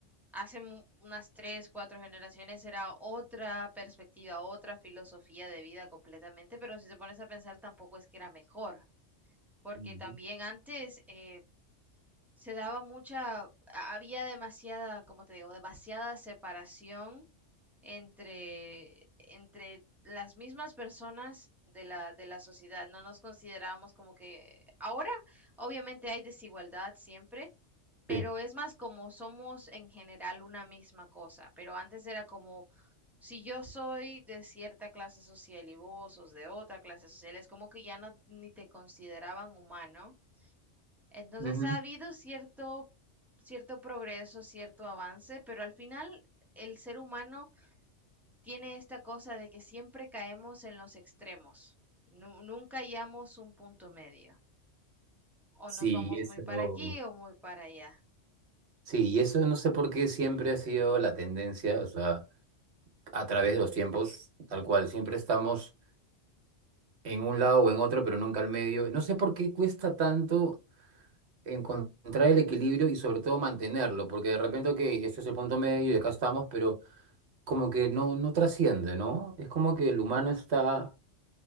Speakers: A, in the centre; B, on the right.
A: hace mu- unas tres, cuatro generaciones era otra perspectiva, otra filosofía de vida completamente, pero si te pones a pensar tampoco es que era mejor, porque
B: Ujú,
A: también antes, eh, se daba mucha, a- había demasiada, como te digo, demasiada separación entre, entre las mismas personas de la, de la sociedad. No nos considerábamos como que ahora, obviamente hay desigualdad siempre, pero
B: Sí.
A: es más como somos en general una misma cosa. Pero antes era como, si yo soy de cierta clase social y vos sos de otra clase social, es como que ya no ni te consideraban humano entonces
B: ujú.
A: ha habido cierto, cierto progreso, cierto avance, pero al final el ser humano tiene esta cosa de que siempre caemos en los extremos. Nu- nunca hallamos un punto medio. O
B: Sí,
A: nos vamos
B: eso.
A: muy para aquí o muy para allá,
B: Sí, y eso no sé por qué siempre ha sido la tendencia, o sea. a través de los tiempos, tal cual. Siempre estamos en un lado o en otro, pero nunca al medio. No sé por qué cuesta tanto encontrar el equilibrio y sobre todo mantenerlo, porque de repente, ok, este es el punto medio y acá estamos, pero como que no, no trasciende, ¿no? Es como que el humano está